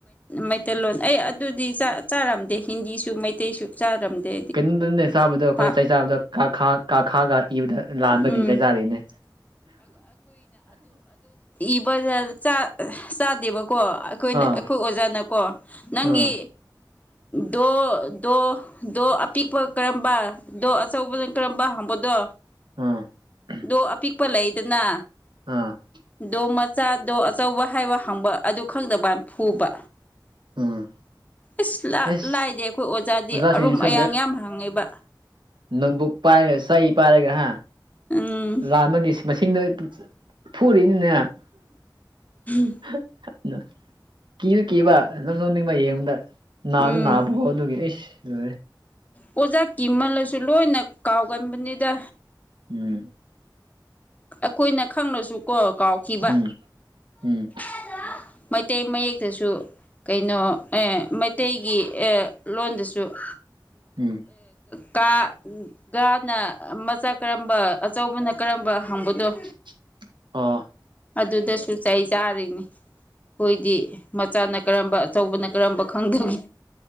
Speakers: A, on the left; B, on the right.
A: ꯃꯩꯇꯩꯂꯣꯟ ꯑꯩ ꯑꯗꯨꯗꯤ ꯆꯥꯔꯝꯗꯦ ꯍꯤꯟꯗꯤꯁꯨ ꯃꯩꯇꯩꯁꯨ ꯆꯥꯔꯝꯗꯦ
B: ꯀꯩꯅꯣꯝꯇꯗ ꯆꯥꯕꯗꯣ ꯑꯩꯈꯣꯏ
A: ꯄꯥꯛ
B: ꯆꯩ ꯆꯥꯕꯗ ꯀꯥꯈꯥ ꯀꯥꯈꯥꯒ ꯏꯕꯗ ꯂꯥꯟꯕꯒꯤ
A: ꯎꯝ
B: ꯆꯩ ꯆꯥꯔꯤꯅꯦ
A: ꯏꯕꯗ ꯆꯥꯗꯦꯕꯀꯣ ꯑꯩꯈꯣꯏꯅ
B: ꯑꯥ
A: ꯑꯩꯈꯣꯏ ꯑꯣꯖꯥꯅꯀꯣ ꯅꯪꯒꯤ
B: ꯑꯥ
A: ꯗꯣ ꯗꯣ ꯗꯣ ꯑꯄꯤꯛꯄ ꯀꯔꯝꯕ ꯗꯣ ꯑꯆꯧꯕꯅꯣ ꯀꯔꯝꯕ ꯍꯪꯕꯗꯣ
B: <unintelligible>
A: ꯗꯣ ꯑꯄꯤꯛꯄ ꯂꯩꯗꯅ
B: <unintelligible>
A: ꯗꯣ ꯃꯆꯥꯗꯣ ꯑꯆꯧꯕ ꯍꯥꯏꯕ ꯍꯪꯕ ꯑꯗꯨ ꯈꯪꯗꯕ ꯐꯨꯕ
B: ꯎꯝ
A: ꯑꯁ
B: ꯑꯩꯁ
A: ꯂꯥꯏꯗꯦ ꯑꯩꯈꯣꯏ ꯑꯣꯖꯥꯗꯤ
B: ꯑꯣꯖꯥꯁꯤꯡꯁꯨ
A: ꯑꯔꯨꯝ ꯑꯌꯥꯡ ꯌꯥꯝ ꯍꯪꯉꯦꯕ
B: ꯅꯣꯡꯠꯕꯨꯛ ꯄꯥꯏꯔꯒ ꯆꯩ ꯄꯥꯏꯔꯒ ꯍꯥ
A: ꯎꯝ
B: ꯂꯥꯟꯕꯒꯤ ꯃꯁꯤꯡꯗꯣ ꯐꯨꯔꯤꯅꯤꯅꯦ
A: <unintelligible>
B: <inaudible> ꯀꯤꯁꯨ ꯀꯤꯕ ꯑꯗꯨꯝ ꯅꯣꯛꯁꯨ ꯅꯣꯛꯅꯤꯡꯕ ꯌꯦꯡꯕꯗ ꯅꯥꯁꯨ
A: ꯎꯝ
B: ꯅꯥꯕꯀꯣ ꯑꯗꯨꯒꯤ ꯑꯩ
A: ꯑꯣꯖꯥ ꯀꯤꯃꯜꯂꯁꯨ ꯂꯣꯏꯅ ꯀꯥꯎꯒꯟꯕꯅꯤꯗ
B: ꯎꯝ
A: ꯑꯩꯈꯣꯏꯅ ꯈꯪꯂꯁꯨ ꯀꯣ ꯀꯥꯎꯈꯤꯕ
B: ꯎꯝ ꯎꯝ
A: <unintelligible> ꯃꯩꯇꯩ ꯃꯌꯦꯛꯇꯁꯨ ꯀꯩꯅꯣ ꯃꯩꯇꯩꯒꯤ ꯂꯣꯟꯗꯁꯨ <unintelligible>
B: ꯎꯝ
A: ꯀꯥ ꯒꯥꯅ ꯃꯆꯥ ꯀꯔꯝꯕ ꯑꯆꯧꯕꯅ ꯀꯔꯝꯕ ꯍꯪꯕꯅꯣ
B: <unintelligible> ꯑꯣ
A: ꯑꯗꯨꯗꯁꯨ ꯆꯩ ꯆꯥꯔꯤꯅꯤ ꯑꯩꯈꯣꯏꯗꯤ ꯃꯆꯥꯅ ꯀꯔꯝꯕ ꯑꯆꯧꯕꯅ ꯀꯔꯝꯕ ꯈꯪꯗꯒꯤ